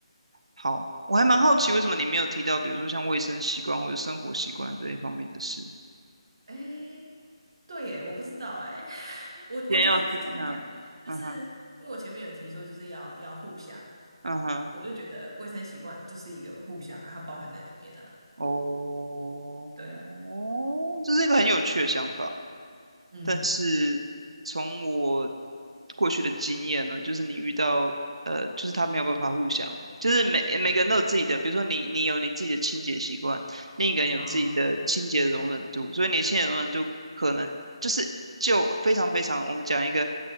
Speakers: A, on the right; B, on the right.
A: 好，我还蛮好奇为什么你没有提到，比如说像卫生习惯或者生活习惯这一方面的事。
B: 哎，对耶，我不知道哎，<laughs> 我我觉得应该这样讲，
A: 今天要是那，
B: 就是因为我前面有提说就是要要互相，
A: 嗯哼嗯哼，
B: 我就觉得卫生习惯就是一个互相啊，它包含在里面啊。
A: 哦，
B: 对啊，
A: 这是一个很有趣的想法。
B: 嗯
A: 但是从我过去的经验呢，就是你遇到呃，就是他没有办法互相，就是每每个人都有自己的，比如说你你有你自己的清洁习惯，另一个人有自己的清洁的容忍度，
B: 啊，
A: 所以你的清洁容忍度可能就是就非常非常，我们讲一个